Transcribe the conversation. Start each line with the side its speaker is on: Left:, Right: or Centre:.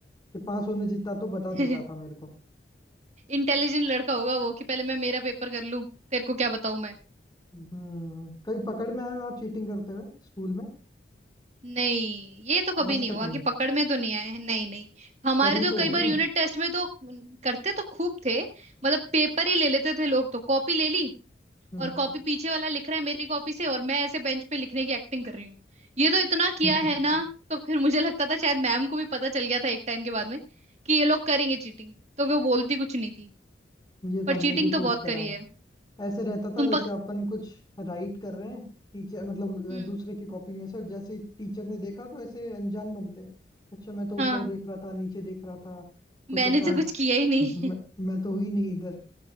Left: कि पास होने जितना तो बता
Right: <laughs>
Left: देता था मेरे को
Right: इंटेलिजेंट लड़का होगा वो कि पहले मैं मेरा पेपर कर लूं तेरे को क्या बताऊं मैं
Left: हम्म कभी पकड़ में आए हो आप चीटिंग करते हुए स्कूल में
Right: नहीं ये तो कभी
Left: आज
Right: नहीं
Left: तक
Right: हुआ
Left: नहीं
Right: कि पकड़ में तो नहीं आए हैं नहीं नहीं हमारे
Left: करी
Right: तो
Left: तो
Right: कई
Left: होगी
Right: बार यूनिट टेस्ट में तो करते तो खूब थे मतलब पेपर ही ले लेते थे लोग तो कॉपी ले ली
Left: हम्म
Right: और कॉपी पीछे वाला लिख रहा है मेरी कॉपी से और मैं ऐसे बेंच पे लिखने की एक्टिंग कर रही हूँ ये तो इतना किया
Left: <laughs>
Right: है ना तो फिर मुझे लगता था शायद मैम को भी पता चल गया था एक टाइम के बाद में कि ये लोग करेंगे चीटिंग तो वो बोलती कुछ नहीं थी
Left: ये तो
Right: पर
Left: हमने
Right: चीटिंग
Left: भी खूब
Right: तो बहुत
Left: करा
Right: करी
Left: है
Right: है
Left: ऐसे रहता था
Right: तुम
Left: जैसे
Right: पक
Left: अपन कुछ राइट कर रहे हैं टीचर मतलब
Right: हम्म
Left: अ, दूसरे की कॉपी में से जैसे टीचर ने देखा तो ऐसे अनजान बनते अच्छा मैं तो
Right: हाँ
Left: ऊपर देख रहा था नीचे देख रहा था कुछ
Right: मैंने
Left: ऐसा
Right: तो कुछ किया ही नहीं
Left: मैं, मैं तो हुई नहीं इधर